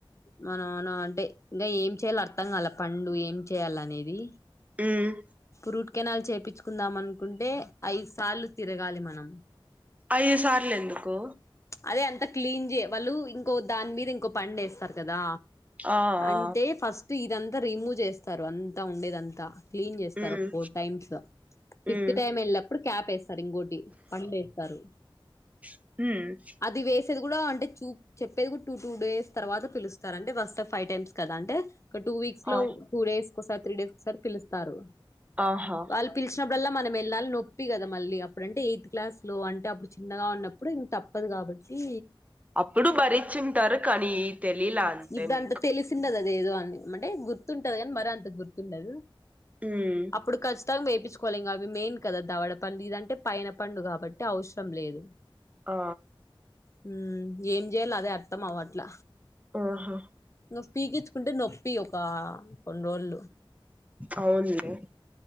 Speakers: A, on the left (about 35°); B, on the right (about 15°).
A: మనాన అంటే ఇంకా ఏం చేయలో అర్థం కాల పండూ ఏం చేయాల అనేది
B: హ్మ్
A: రూట్ కెనాల్ చేపీంచుకుందాం అనుకుంటే ఐదు సార్లు తిరగాలి మనం
B: ఐదు సార్లు ఎందుకు
A: అదే అంత క్లీన్ చేయ వాళ్ళు ఇం ఇంకో దాని మీద ఇంకో పన్ను వేస్తారు కదా
B: ఆ
A: అంటే
B: ఆ
A: ఫస్ట్ ఇదంతా రిమూవ్ చేస్తారు అంతా ఉండేదంతా క్లీన్ చేస్తారు
B: ఉమ్
A: ఒక four times fifth
B: um
A: time వెళ్ళినప్పుడు క్యాప్ వేస్తారు ఇంకోటి పన్ను వేస్తారు
B: హ్మ్
A: అది వేసేది కూడా అంటే చూప్ చెప్పేది కూడా టూ టూ డేస్ తర్వాత పిలుస్తారు అంటే ఫస్ట్ ఫైవ్ టైమ్స్ కదా అంటే ఓటూ వీక్స్ లో
B: ఆ
A: టూ డేస్ ఒకసారి త్రీ డేస్ కి ఒకసారి పిలుస్తారు
B: ఆహా
A: వాళ్ళు పిలిచినప్పుడల్లా మనం వెళ్ళాలి నొప్పి కదా మళ్ళీ అప్పుడంటే ఎయిత్ క్లాస్లో అంటే అప్పుడు చిన్నగా ఉన్నప్పుడు ఇంక తప్ తప్పదు కాబట్టి
B: అప్పుడు భరిచి ఉంటారు కానీ తెలీలా అంతే
A: ఇబ్బంది
B: మీకు
A: తెలిసిందదో ఏదో అని అంటే గుర్తుంటది కానీ మరి అంత గుర్తుండదు
B: ఉమ్
A: అప్పుడు ఖచ్చితంగా వేపించుకోవాలింక అవి మెయిన్ కదా దవడ పండు ఇదంటే పైన పండు కాబట్టి అవసరం లేదు
B: ఆ
A: హ్మ్ ఏం చేయలో అదే అర్థం అవ్వట్ల
B: ఆహా
A: నువ్ పీకిచ్చుకుంటే నొప్పి ఒక కొన్ని రోజులు
B: ఆవున్లే